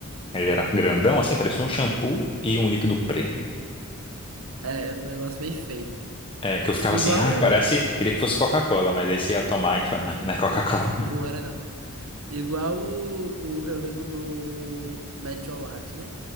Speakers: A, on the left; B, on the right.
A: Ele era grandão, assim, parecia um shampoo e um líquido preto, né?
B: é, era um negócio meio feio.
A: É, que eu ficava
B: Igual
A: assim, ai,
B: o...
A: parece. Queria que fosse Coca-Cola, mas aí você ia tomar e falava, não, não é Coca-Cola.
B: <laughs> Não era, não. Igual o, o- Eu lembro do Metiolate, né?